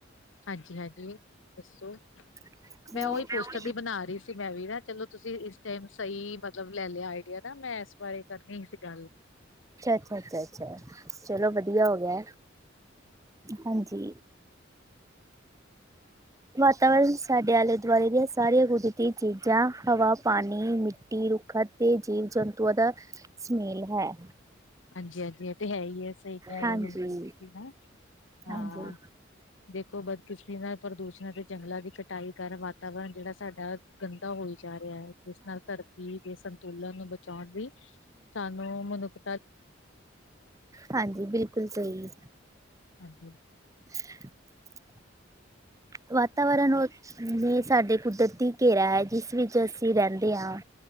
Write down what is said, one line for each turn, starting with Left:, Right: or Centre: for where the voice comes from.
Left: ਹਾਂਜੀ ਹਾਂਜੀ ਦੱਸੋ।
Right: <unintelligible> ਅੱਛਾ
Left: ਮੈਂ ਉਹੀ ਪੋਸਟਰ ਦੀ ਬਣਾ ਰਹੀ ਸੀ ਮੈਂ ਵੀ ਨਾ ਚਲੋ ਤੁਸੀਂ ਇਸ ਟਾਈਮ ਸਹੀ ਮਤਲਬ ਲੈ ਲਿਆ ਆਈਡੀਆ ਨਾ ਮੈਂ ਇਸ ਬਾਰੇ ਕਰਨੀ ਸੀ ਗੱਲ।
Right: ਅੱਛਾ ਅੱਛਾ ਅੱਛਾ ਚਲੋ ਵਧ ਧੀਆ ਹੋ ਗਿਆ। ਹਾਂਜੀ। ਵਾਤਾਵਰਨ ਸਾਡੇ ਆਲੇ ਦੁਆਲੇ ਦੀਆਂ ਸਾਰੀਆਂ ਕੁਦਰਤੀ ਚੀਜ਼ਾਂ ਹਵਾ ਪਾਣੀ ਮਿੱ ਕੀ ਰੁੱਖਾ ਤੇ ਜੀਵ ਜੰਤੂਆਂ ਦਾ ਸੁਮੇਲ ਹੈ।
Left: ਹਾਂਜੀ ਹਾਂਜੀ ਇਹ ਤੇ ਹੈ ਹੀ ਏ। ਸਹੀ ਕਹਿ
Right: ਹਾਂਜੀ
Left: ਰਹੇ ਹੋ ਤੁਸੀ ਨਾ ਹਾਂ।
Right: ਹਾਂਜੀ
Left: ਦੇਖੋ ਬਦਕਿਸ਼ਮੀ ਨਾਲ ਪ੍ਰਦੂਸ਼ ਸ਼ਨੀ ਅਤੇ ਜੰਗਲਾਂ ਦੀ ਕਟਾਈ ਕਾਰਨ ਵਾਤਾਵਰਨ ਜਿਹੜਾ ਸਾਡਾ ਗੰਦਾ ਹੋਈ ਜਾ ਰਿਹਾ ਹੈ ਜਿਸ ਨਾਲ ਧਰਤੀ ਦੇ ਸੰਤੁਲਨ ਨੂੰ ਬਚਾਉਣ ਲਈ ਸਾਨੂੰ ਮਨੁੱਖ
Right: ਹਾਂਜੀ ਬਿਲਕੁਲ ਸਹੀ
Left: ਅਜੇ
Right: <inaudible> ਵਾਤਾਵਰਨ ਸਾਡੇ ਕੁਦਰਤੀ ਘੇਰਾ ਹੈ ਜਿਸ ਵਿੱਚ ਅਸੀਂ ਰਹਿੰਦੇ ਹਾਂ